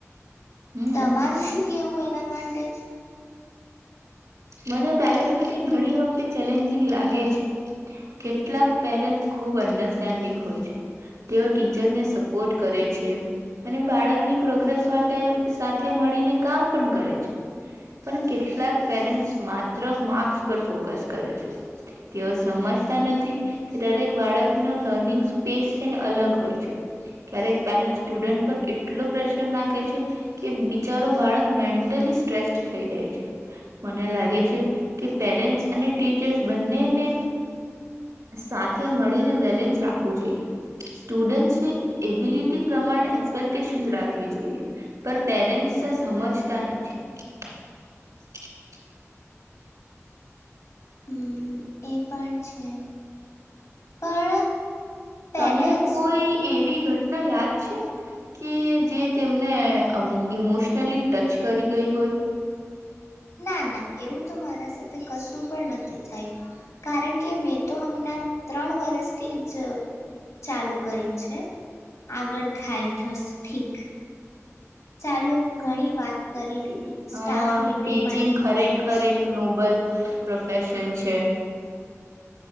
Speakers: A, on the right; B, on the left.
A: હમ
B: તમારું શું કેવું એ એના માટે
A: મને પેરેન્ટ્સ મીટિંગ ઘણી વખતે ચેલેન્જિંગ લાગે છે, કેટલાક પેરેન્ટ્સ ખુબ અન્ડરસ્ટેન્ડિંગ હોય છે, તેઓ ટીચર્સને સપોર્ટ કરે છે, અને બાળકની પ્રોગ્રેસ માટે સાથે મળીને કામ પણ કરે છે પણ કેટલાક પેરેન્ટ્સ માત્ર માર્ક્સ પર ફોકસ કરે છે, તેઓ સમજતા નથી કે દરેક બાળકનો લર્નિંગ સ્પેસ છેને અલગ હોય છે, ક્યારેક પેરેન્ટસ સ્ટુડન્ટ પર એટલો પ્રેશર નાખે છે કે બિચારો બાળક મેન્ટલી સ્ટ્રેસ્ટ થઈ જાય છે મને લાગે છે, કે પેરેન્ટ્સ અને ટીચર્સ બંનેને સાથે મળીને બેલેન્સ રાખવું જોઈએ સ્ટુડન્ટસની એબિલિટી પ્રમાણે એક્સપેક્ટેશનસ રાખવી જોઈએ, પણ પેરેન્ટ્સ સમજતા નથી <unintelligible>
B: હમ એ પણ છે પણ
A: તમને
B: પેરેન્ટ્સ
A: કોઈ એવી ઘટના યાદ છે કે જે તેમને ઇમોશનલી ટચ કરી ગઈ હોય
B: ના ના એવું તો મારા સાથે કશું પણ નથી થયું કારણ કે મેં તો હમણાં ત્રણ વર્સથી જ ચાલુ કર્યું છે આગળ થાય થસ ઠીક ચાલો ઘણી વાત કરી લીધી
A: હ,
B: સ્ટાફ મીટિંગ
A: ટીચિંગ
B: માટે
A: ખરેખરે
B: બોલાવે છે
A: એક નોબલ પ્રોફેશન છે